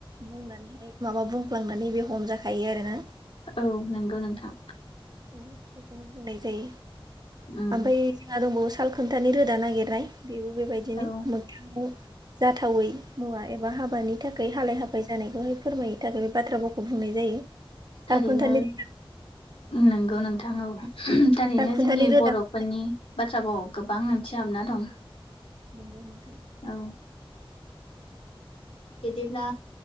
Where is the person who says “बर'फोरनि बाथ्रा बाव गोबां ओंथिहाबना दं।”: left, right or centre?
Left